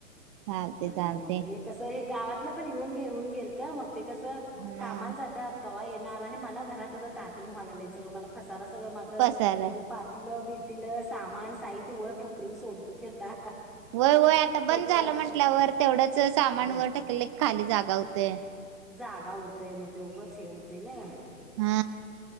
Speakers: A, on the right; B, in the centre.
A: चालते
B: आणि
A: चालते
B: मग हे कसं हे गावातलं पण येऊन घेऊन गेलत मग ते कस
A: हा
B: कामाला जातात कव्हा येणार आणि मला घरात आता दाटून व्हायला लागलंय सगळं मला पसाराच सगळं माझ ह्याज
A: पसार
B: पातलं बी तिलं सामान साहित्य वर ढकलुन सोडतु की आता.
A: होय होय आता
B: पुढच्या
A: बंद झालं
B: वर्ष
A: म्हंटल्यावर तेवढंच सामान
B: हा
A: वर ढकलं की खाली जागा होतय.
B: जागा होतय मग ते उगच हे होतय नय
A: हा